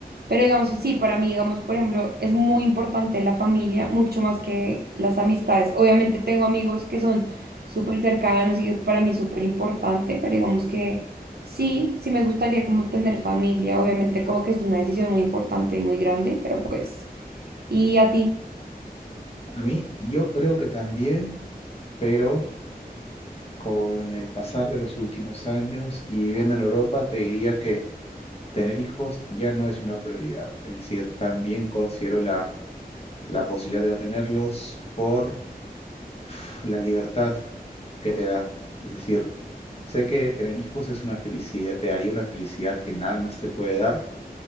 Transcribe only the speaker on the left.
A mí, yo creo que también, pero con el pasar de los últimos años y viviendo en Europa, te diría que tener hijos ya no es una prioridad. Es decir, también considero la, la posibilidad de no tenerlos por pf, la libertad que te da. Es decir, sé que tener hijos es una felicidad, te daría una felicidad que nada más te puede dar